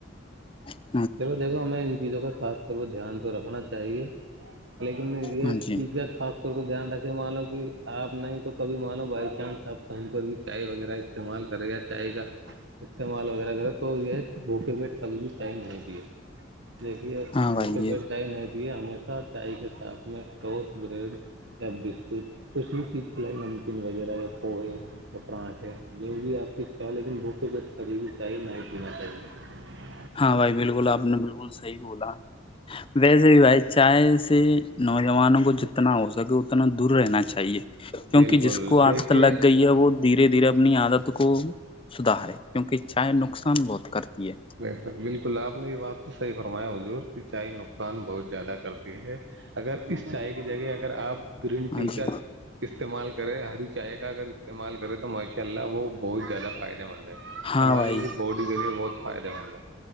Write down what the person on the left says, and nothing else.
ہاں <unintelligible>
ہاں جی
ہاں بھائی
یہ
ہاں بھائی بالکل <unintelligible> بولا آپ نے بالکل صحیح بولا ویسے <unintelligible> ی ب چائے سے <unintelligible> نوجوانوں کو جتنا ہو سکے اتنا دور رہنا چاہیے <unintelligible> کیونکہ
جس کو
آد لگ گئی ہے وہ دھیرے دھیرے اپنی عادت کو سدھارے کیونکہ چائے نقصان بہت کرتی ہے
ہاں
جی
ہاں
بھائی